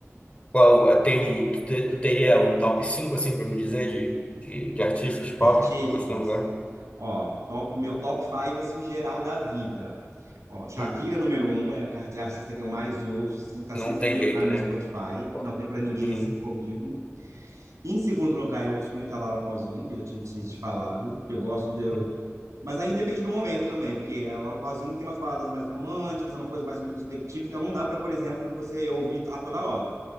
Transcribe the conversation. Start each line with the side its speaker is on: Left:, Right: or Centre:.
Left: Qual, tem um, tu te- tu teria um top 5 assim, pra me dizer de, de, de artistas pop
Right: De artistas,
Left: que tu tá gostando agora?
Right: ó, top, meu top five assim, geral da vida. Ó, Shakira,
Left: Hum,
Right: número um, é a car- a artista que eu mais ouço, assim, tá
Left: não
Right: sempre
Left: tem
Right: em primeiro
Left: jeito,
Right: lugar no
Left: né?
Right: meu Spotify,
Left: Pô,
Right: não tem pra ninguém
Left: uhum,
Right: assim comigo. Em segundo lugar, eu ouço muito a Laura Pausini, que eu já tinha te te falado, que eu gosto de...
Left: uhum.
Right: Mas aí depende do momento também, porque a Laura Pausini tem umas baladas mais românticas, é uma coisa mais introspectiva, então não dá pra, por exemplo, você ouvir a toda hora.